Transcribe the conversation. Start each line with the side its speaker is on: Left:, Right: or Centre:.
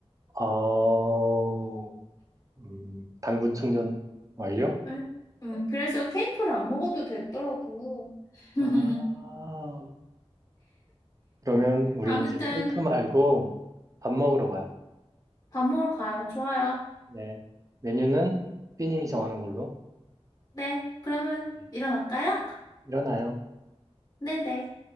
Right: 어, 음, 당분 충전 완료?
Left: 네. 음, 그래서 케이크를 안 먹어도 됐더라고. <laughs>
Right: 아, 그러면 우리
Left: 아무튼
Right: 이제 케이크 말고 밥 먹으러 가요.
Left: 밥 먹으러 가요. 좋아요.
Right: 네. 메뉴는 삐님이 정하는 걸로.
Left: 네, 그러면
Right: 네.
Left: 일어날까요?
Right: 일어나요.
Left: <laughs> 네네.